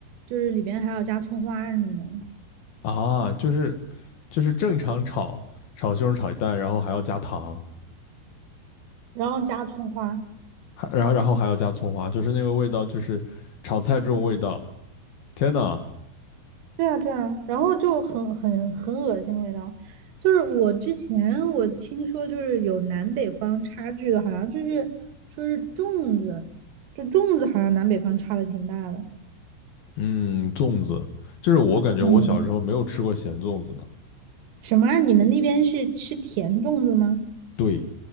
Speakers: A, on the right (about 85°); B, on the left (about 55°).
A: 就是里边还要加葱花什么的。
B: 啊，就是就是正常炒炒西红柿炒鸡蛋，然后还要加糖，
A: 然后加葱花，
B: 还然后然后还要加葱花，就是那个味道，就是炒菜这种味道。天呐，
A: 对啊对啊，然后就很很很恶心的味道。就是我之前我听说，就是有南北方差距的，好像就是说是粽子，就粽子好像南北方差的挺大的。
B: 嗯，粽子，就是我感觉我小时候没有吃过咸粽子的。
A: 嗯，什么啊？你们那边是吃甜粽子吗？
B: 对